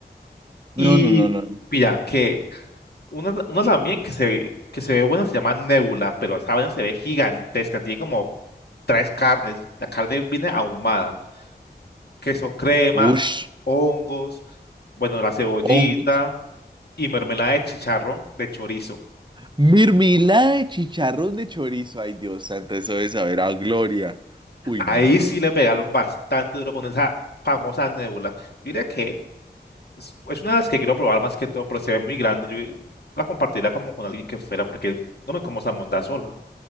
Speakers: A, on the left; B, on the right.
A: Y
B: No, no, no, no.
A: mira, que una, una también que se, que se ve buena se llama Nebula, pero esa vaina se ve gigantesca, tiene como tres carnes, la carne viene ahumada. queso crema,
B: Ush,
A: hongos, bueno, la cebollita
B: hongos.
A: y mermelada de chicharrón de chorizo.
B: Mermelada de chicharrón de chorizo. Ay, Dios santo, eso de saber a gloria. Uy,
A: Ahí
B: no, no, no,
A: sí
B: no.
A: le pegaron bastante duro con esa famosa nébula. Yo diría que es es una de las que quiero probar más que todo, pero se ve muy grande. Yo la compartiría como con alguien que fuera, porque no me como esa mondá sola.